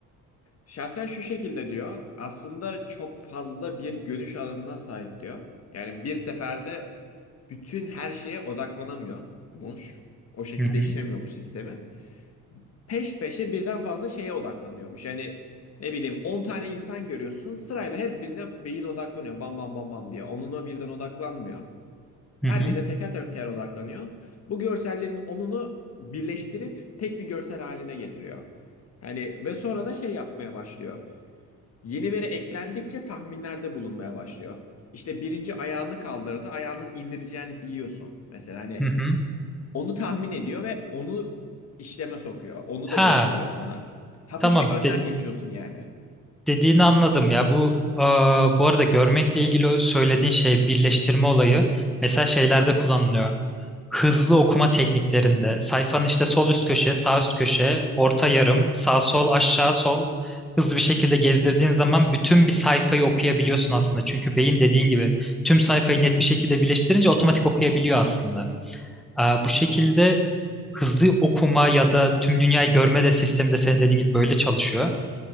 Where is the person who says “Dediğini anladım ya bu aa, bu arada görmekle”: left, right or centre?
Centre